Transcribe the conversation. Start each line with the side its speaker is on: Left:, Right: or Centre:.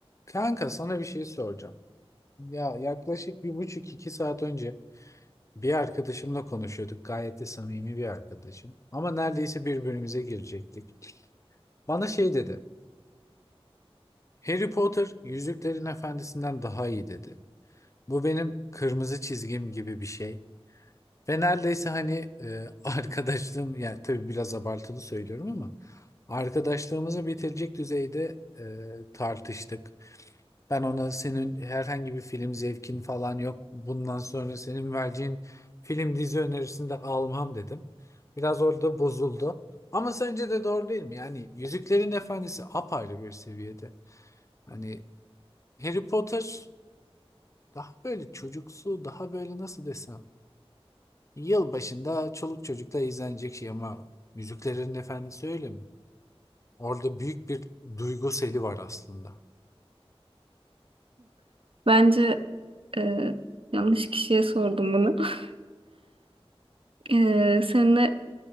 Left: Kanka sana bir şey soracağım. Ya yaklaşık bir buçuk iki saat önce bir arkadaşımla konuşuyorduk. Gayet de samimi bir arkadaşım. Ama neredeyse birbirimize girecektik. Bana şey dedi. Harry Potter Yüzüklerin Efendisi'nden daha iyi dedi. Bu benim kırmızı çizgim gibi bir şey. Ve neredeyse hani e, <laughs> arkadaşlığım yani tabii biraz abartılı söylüyorum ama arkadaşlığımızı bitirecek düzeyde e, tartıştık. Ben ona senin herhangi bir film zevkin falan yok. Bundan sonra senin vereceğin film dizi önerisini de almam dedim. Biraz orada bozuldu. Ama sence de doğru değil mi? Yani Yüzüklerin Efendisi apayrı bir seviyede. Hani Harry Potter daha böyle çocuksu, daha böyle nasıl desem. Yılbaşında çoluk çocukla izlenecek şey ama Yüzüklerin Efendisi öyle mi? Orada büyük bir duygu seli var aslında.
Right: Bence e, yanlış kişiye sordum bunu. <laughs> E, seninle